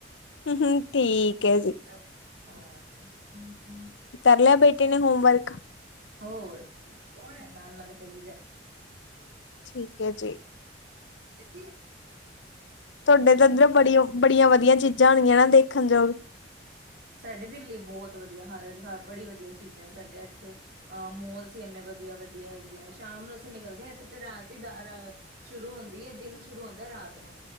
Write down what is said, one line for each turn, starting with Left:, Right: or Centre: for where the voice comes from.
Left: ਹਮ-ਹਮ ਠੀਕ ਹੈ। ਜੀ
Right: ਚ <unintelligible> ਹਾਂ
Left: ਤਰ ਲ ਬੇ ਤੇ ਨੇ ਹੋਮਵਰਕ।
Right: ਹੋਰ ਨਾਲ-ਨਾਲ ਕਰੀ ਜਾ।
Left: ਠੀਕ ਹੈ ਜੀ।
Right: ਦਿੱਤੀ ਹੈ।
Left: ਤੁਹਾਡੇ ਤਾਂ ਇੱਧਰ ਬੜੀ ਉਹ ਬੜੀਆਂ ਵਧੀਆ ਚੀਜ਼ਾਂ ਹੋਣਗੀਆਂ ਨਾ ਦੇਖ ਖੰਜੋ
Right: ਸਾਡੇ ਦਿੱਲੀ ਬਹੁਤ ਵਧੀਆ ਹਰਜ਼ਹਾਰ ਬੜੀ ਵਧੀਆ ਚੀਜ਼ਾਂ ਸਾਡੇ ਇੱਥੇ, ਅਹ ਮੋਲਸ ਹੀ ਇੰਨੇ ਵਧੀਆ ਵਧੀਆ ਹੈਗੇ ਆ, ਸ਼ਾਮ ਨੂੰ ਅਸੀਂ ਨਿਕਲਦੇ ਹਾਂ ਇਥੇ ਤੇ ਰਾਤ ਹੀ ਸ਼ੁਰੂ ਹੁੰਦੀ ਹੈ, ਦਿਨ ਸ਼ੁਰੂ ਹੁੰਦਾ ਰਾਤ ਨੂੰ